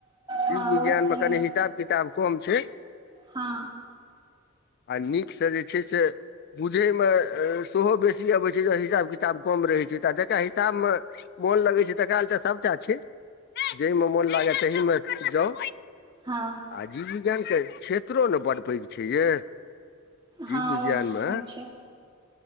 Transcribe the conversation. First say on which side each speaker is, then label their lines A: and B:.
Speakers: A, on the left; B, on the right.
A: जीव
B: हँ
A: विज्ञान
B: ओहिसँ
A: मे कनि हिसाब किताब कम छै
B: हँ
A: आ नीकसँ जे छै से बुझैमे सोहो बेसी अबै छै जे हिसाब किताब कम रहै छै तऽ आ जकरा हिसाबमे मोन लगै छै तकरा ले तऽ सबटा छै जाहिमे मोन लागे तहिमे जाउ
B: हँ
A: आ जीविविज्ञानके क्षेत्रो ने बड्ड पैघ छै यै जी
B: हँ
A: विज्ञानमे,
B: ओ तऽ छै